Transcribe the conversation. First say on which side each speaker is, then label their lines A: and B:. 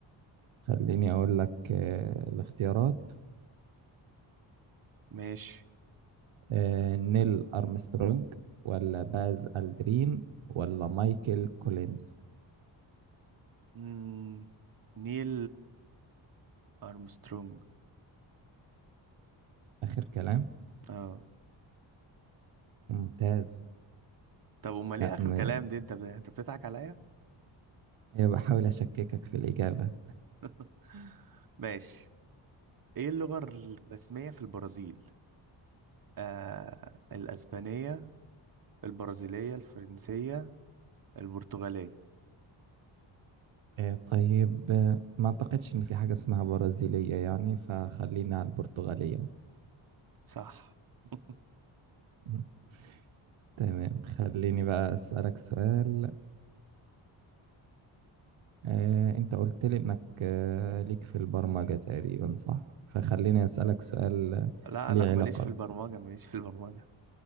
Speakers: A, on the right (about 75°); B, on the right (about 45°).
A: خليني أقول لك آه، الاختيارات
B: ماشي
A: آه، نيل أرمسترونج ولا باز ألدرين ولا مايكل كولينز
B: مم. نيل ارمسترونج
A: آخر كلام
B: اه
A: ممتاز
B: طب امال
A: لا
B: ايه اخر
A: م...
B: كلام دي انت ب... انت بتضحك عليا
A: أيوة بحاول أشككك في الإجابة
B: <laughs> ماشي ايه اللغة الرسمية في البرازيل آه الاسبانية البرازيلية الفرنسية البرتغالية
A: آه، طيب آه، ما أعتقدش إن في حاجة اسمها برازيلية يعني فخلينا على البرتغالية
B: صح <laughs>
A: <laughs> تمام خليني بقى أسألك سؤال آه، انت قلت لي انك آه، ليك في البرمجة تقريبا صح فخليني اسألك سؤال آه،
B: لا
A: ليه
B: لا ماليش
A: علاقة
B: في
A: بي.
B: البرمجة ماليش في البرمجة